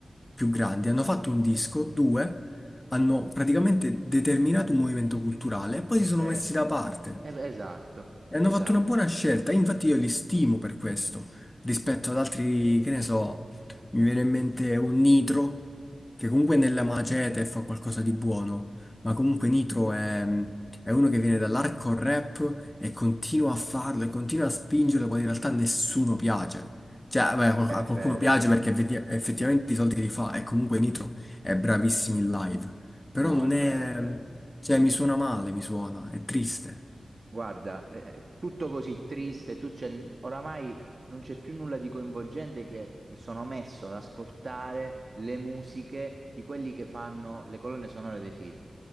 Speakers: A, on the left; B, on the right.
A: più grandi, hanno fatto un disco, due, hanno praticamente determinato un movimento culturale e poi si
B: E
A: sono
B: se-
A: messi da parte.
B: eh, beh, esatto,
A: E hanno
B: esatto.
A: fatto una buona scelta, infatti io li stimo per questo, rispetto ad altri, che ne so, mi viene in mente un Nitro, che comunque nella macete fa qualcosa di buono, ma comunque Nitro è, è uno che viene dall'hardcore rap e continua a farlo e continua a spingerlo quando in realtà nessuno piace. Cioè, beh,
B: Eh,
A: qual-
B: beh, È
A: a qualcuno
B: vero.
A: piace perché vedi- effettivamente i soldi li fa e comunque Nitro è bravissimo in live, però
B: No,
A: non
B: è vero,
A: è...
B: è vero.
A: cioè mi suona male, mi suona, è triste.
B: Guarda, è è tutto così triste, tu c'è, oramai non c'è più nulla di coinvolgente che mi sono messo ad ascoltare le musiche di quelli che fanno le colonne sonore dei film.